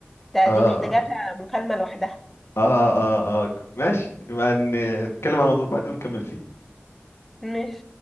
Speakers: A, in the centre; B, on the left.
A: ده
B: اه
A: دي محتاجاها مكالمه لوحدها
B: اه اه اه ك- ماشي يبقى ن- نتكلم عن الموضوع بعدين ونكمل فيه
A: مش